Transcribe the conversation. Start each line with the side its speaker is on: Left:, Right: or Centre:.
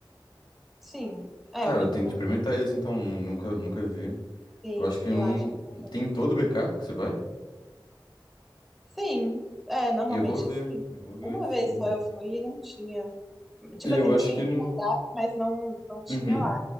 Centre: Sim, é
Left: Cara,
Centre: o mesmo
Left: eu tenho
Centre: valor.
Left: que experimentar esse, então. nu- Nunca, nunca vi.
Centre: Sim,
Left: Eu acho que eu
Centre: eu
Left: não.
Centre: acho que compensa.
Left: Tem em todo o BK que você vai?
Centre: Sim, é, normalmente
Left: Eu vou ver.
Centre: sim.
Left: Eu vou ver.
Centre: Uma
Left: Tipo,
Centre: vez só eu fui e não tinha. Tipo
Left: eu
Centre: assim,
Left: acho
Centre: tinha
Left: que
Centre: no
Left: não.
Centre: cardápio, mas não, não tinha
Left: Uhum.
Centre: lá.